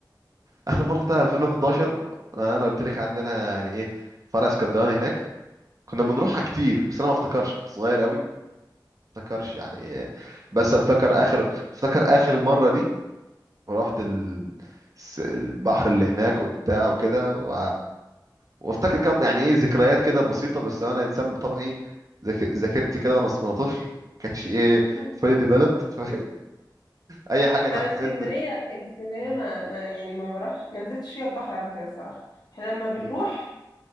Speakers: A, on the right; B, on the left.
A: اخر مره رحتها 2011 انا أنا قلت لك عندنا يعني ايه فرع اسكندراني هناك كنا بنروحها كتير بس انا ما افتكرش كنت صغير قوي ما افتكرش يعني إيه. بس افتكر اخر افتكر اخر مره دي ورحت ال... الس- البحر اللي هناك وبتاع وكده و... وافتكر كم يعني ايه ذكريات كده بسيطه بس انا انسان بطبعي ذاك- ذاكرتي كده وانا وانا طفل كانتش ايه
B: مم.
A: fully developed <laughs> ف... اي حاجه تحت
B: انا اسكندرية
A: سن
B: اسكندرية
A: م-
B: ما... ما يعني ما بروحش ما نزلتش فيها البحر قبل كده الصراحة احنا لما بنروح
A: م.